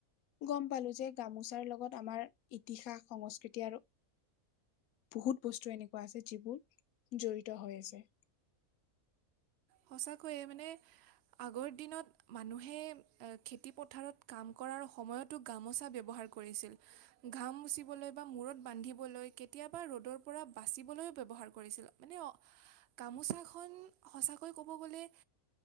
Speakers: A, on the left (about 80°); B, on the right (about 65°).
A: গম পালো যে গামোচাৰ লগত আমাৰ ইতিহাস সংস্কৃতি আৰু। বহুত বস্তু এনেকুৱা আছে যিবোৰ জৰিত হৈ আছে।
B: সঁচাকৈয়ে মানে আগৰ দিনত। মানুহে আ খেতি পথাৰত কাম কৰাৰ সময়তো গামোচা ব্যৱহাৰ কৰিছিল। ঘাম মুচিবলৈ বা মূৰত বান্ধিবলৈ কেতিয়াবা ৰ'দৰ পৰা বাচিবলৈও ব্যৱহাৰ কৰিছিল। মানে গামোচাখন সঁচ। চাকৈ ক'ব গ'লে